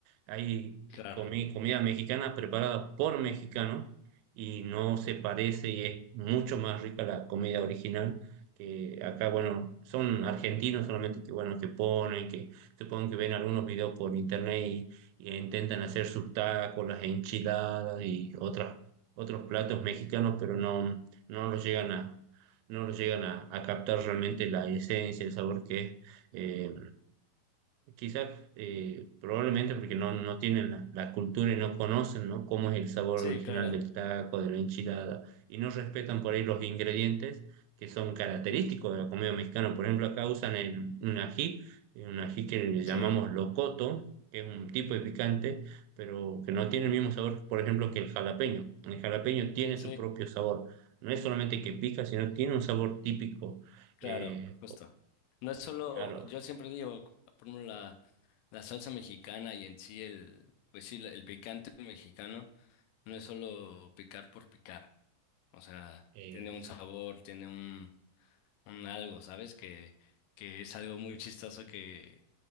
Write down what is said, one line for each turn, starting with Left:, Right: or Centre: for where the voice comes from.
Right: Ahí
Left: Claro.
Right: comí comida mexicana preparada por mexicanos y no se parece y es mucho más rica la comida original que acá, bueno, son argentinos solamente que, bueno, que ponen, que supongo que ven algunos videos por internet y, y intentan hacer sus tacos, las enchiladas y otras, otros platos mexicanos, pero no, no los llegan a no los llegan a, a captar realmente la esencia, el sabor que es eh, quizás eh, probablemente porque no, no tienen la, la cultura y no conocen, ¿no? cómo es el sabor
Left: Sí,
Right: original
Left: claro.
Right: del taco, de la enchilada, y no respetan por ahí los ingredientes que son característicos de la comida mexicana. Por ejemplo, acá usan el- un ají, eh, un ají que le
Left: Sí,
Right: llamamos locoto, que es un tipo de picante, pero que no tiene el mismo sabor, por ejemplo, que el jalapeño. El jalapeño tiene
Left: sí.
Right: su propio sabor. No es solamente que pica, sino tiene un sabor típico.
Left: Claro,
Right: Eh,
Left: justo. No es solo,
Right: claro.
Left: yo siempre digo, por ejemplo, la, la salsa mexicana y en sí el, pues sí, la- el picante mexicano no es solo picar por picar. O sea,
Right: eh,
Left: tiene un sabor, tiene un, un algo, ¿sabes? Que, que es algo muy chistoso que,